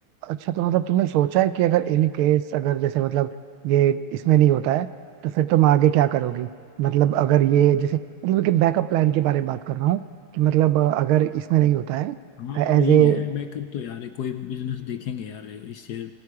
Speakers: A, on the right (about 85°); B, on the left (about 65°).
A: अच्छा तो मतलब तुमने सोचा है कि अगर इन केस अगर जैसे मतलब ये इसमें नहीं होता है तो फिर तुम आगे क्या करोगी मतलब अगर ये जैसे मतलब कि बैकअप प्लान के बारे में बात कर रहा हूँ कि मतलब अ, अगर इसमें नहीं होता है
B: हाँ वही
A: As a
B: है बैकअप तो यार कोई बिजनेस देखेंगे यार इससे